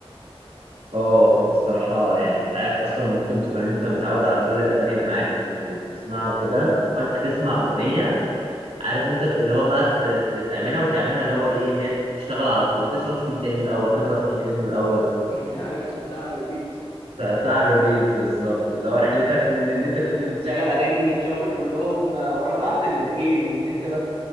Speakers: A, on the right; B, on the left.
A: اه الصراحة يعني انت عارف اصلا ممكن تكون انت متعود على كل الاغاني اللي معاك وبتسمعها وكده وفجأة تسمع اغنية عارف انت ت- اللي هو بقى ت- ت- تعملها وتعملها اللي هو ايه اللي هي تشتغل على طول تخلص تيجي تاني من الاول تخلص تيجي تاني من الاول
B: <laughs> تحطها على ريبيت
A: بتاع الريبيت بالظبط اللي هو رحلتك من ان انت كنت
B: <laughs>
A: مشغل اغاني شافل كلهم ورا بعض اللي لاقيه لان انت بس